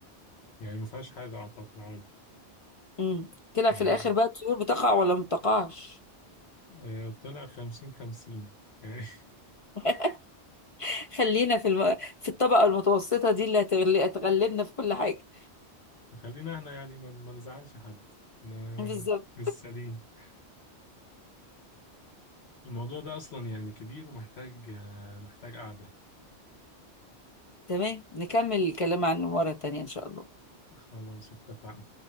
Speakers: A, on the left (about 70°); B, on the left (about 35°).
A: يعني ما فيهاش حاجة اعتقد عادي
B: مم. طلع
A: يعني
B: في الاخر بقى الطيور بتقع ولا ما بتقعش
A: آه، طلع خمسين خمسين يعني
B: <laughs> خلينا في الم... في الطبقه المتوسطه دي اللي هتغل... هتغلبنا في كل حاجه
A: <laughs> خلينا احنا يعني ما ما نزعلش حد احنا
B: بالظبط
A: لسه ليه الموضوع ده أصلا يعني كبير ومحتاج آه، محتاج قعدة
B: تمام نكمل الكلام عن مره تانية ان شاء الله
A: خلاص اتفقنا